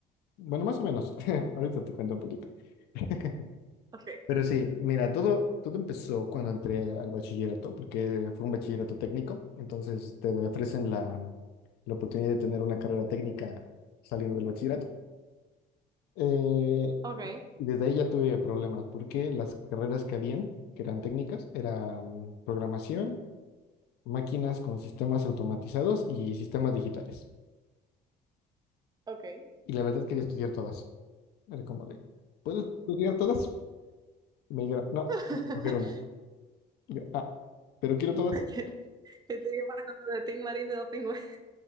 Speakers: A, on the left (about 75°); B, on the right (about 25°).
A: Bueno, más o menos. <laughs> Ahorita te cuento un poquito. <laughs>
B: Ok,
A: Pero sí, mira, todo, todo empezó cuando entré al bachillerato, porque fue un bachillerato técnico, entonces te ofrecen la, la oportunidad de tener una carrera técnica saliendo del bachillerato. Eh,
B: ok,
A: y desde ahí ya tuve problemas, porque las carreras que habían, que eran técnicas, eran programación, máquinas con sistemas automatizados y sistemas digitales.
B: ok.
A: Y la verdad quería estudiar todas. Era como de, ¿puedo estudiar todas? Y me dijeron, no,
B: <laughs>
A: tienes que escoger una. Y yo, ah, pero quiero todas.
B: Okay. Yo te digo, bueno, de Tim Marín de Doping Web.